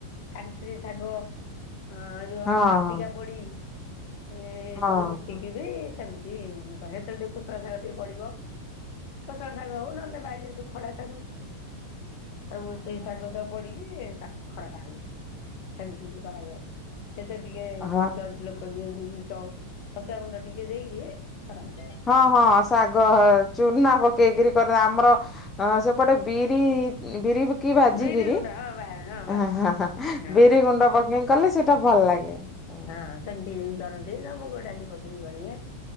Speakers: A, on the left (about 45°); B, on the left (about 20°).
A: କାନିସିରୀ ଶାଗ ଅଁ ଯୋଉ
B: ହଁ
A: ଆଟିକା ପୋଡି ଏ ଏ
B: ହଁ
A: ସବୁ ମିଶିକି ବି ସେମତି ହେତେବେଳେ ଟିକେ କୋଶଳା ଶାଗ ଟିକେ ପଡିବ। କୋଶଳା ଶାଗ ହଉ ନହେଲେ ବାଡିରେ ଯୋଉ ଖଡା ଶାଗ ସବୁ ସେଇ ଶାଗ ସବୁ ପଡିକି ତାକୁ ଖରଡା ହୁଏ। ସେମିତି ବି କରାଯାଏ। ସେତିରେ ଟିକେ
B: ହଁ
A: ଗୁଣ୍ଡ ଲୋକ ଦିଅନ୍ତି ଯୋଉ ଚଉ ଛତୁଆ ଗୁଣ୍ଡ ଟିକେ ଦେଇକି କରନ୍ତି।
B: ହଁ ହଁ ଶାଗ ଚୁନା ପକେଇକିରି କର ଆମର ସେପଟେ ବିରି ବିରି କି ଭାଜିିକିରି,
A: ବିରି ଗୁଣ୍ଡ ହଁ ବା ହଁ
B: <unintelligible>
A: ବାସ୍ ସେଇଠି ହଁ।
B: ବିରି ଗୁଣ୍ଡ ପକେଇ କଲେ ସେଇଟା ଭଲ ଲାଗେ। ଓହୋ
A: ହଁ ସେମିତି ବି କରନ୍ତି। ନ ମୁଗ ଡାଲି ପକେଇକି କରିବେ।